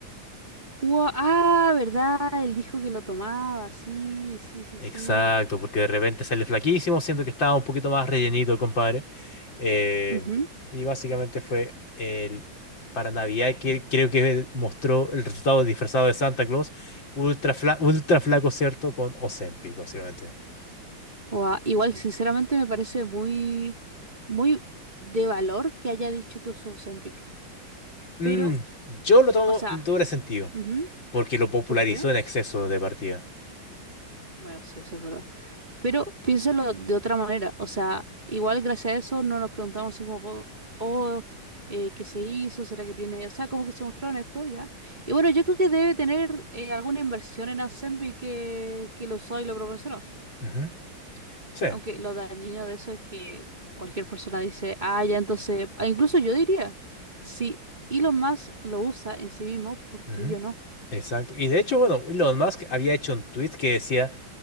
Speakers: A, on the right; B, on the left.
A: Ua- ah, ¿verdad? Él dijo que lo tomaba. Sí, sí, sí,
B: Exacto,
A: sí.
B: porque de repente sale flaquísimo, siento que estaba un poquito más rellenito el compadre. Eh,
A: Ujú.
B: y básicamente fue el, para Navidad que creo que mostró el resultado disfrazado de Santa Claus, ultra, fla- ultra flaco, ¿cierto? Con Ozempic, básicamente.
A: Ua, igual, sinceramente, me parece muy, muy de valor que haya dicho que usó Ozempic.
B: Mm,
A: Pero,
B: yo lo tomo
A: o sea,
B: en doble sentido,
A: ujú,
B: porque lo popularizó
A: ¿Por qué?
B: en exceso de partida.
A: Bueno, sí, eso es verdad. Pero piénsalo de otra manera. O sea, igual gracias a eso no nos preguntamos si como, oh, oh, eh, ¿qué se hizo? ¿Será que tiene? O sea, como que se mostró en esto ya. Y bueno, yo creo que debe tener eh, alguna inversión en Asembi que, que lo usó y lo proporcionó.
B: Ujú, Sí.
A: Aunque lo dañino de eso es que cualquier persona dice, ah, ya entonces, ah, incluso yo diría, si Elon Musk lo usa en sí mismo, ¿por
B: ujú,
A: qué yo no?
B: Exacto. Y de hecho, bueno, Elon Musk había hecho un tweet que decía...